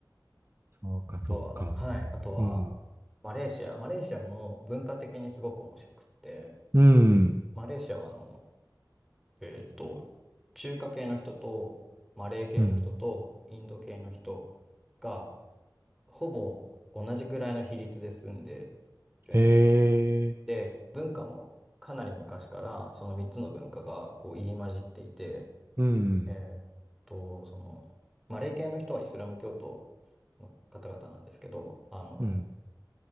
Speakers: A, on the right; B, in the centre.
A: そうか、そうか。
B: とは、はい。あとは、
A: うん、
B: マレーシア。マレーシアも文化的にすごく面白くって、
A: うん、
B: マレーシアはあの、えっと、中華系の人と、マレー系の人と、
A: うん。
B: インド系の人が、ほぼ同じくらいの比率で住んでるんですよね。
A: ええ、
B: で、文化もかなり昔からその3つの文化がこう入り混じっていて、
A: うん、
B: えーっと、その、マレー系の人はイスラム教徒の方々なんですけど、あの、
A: うん、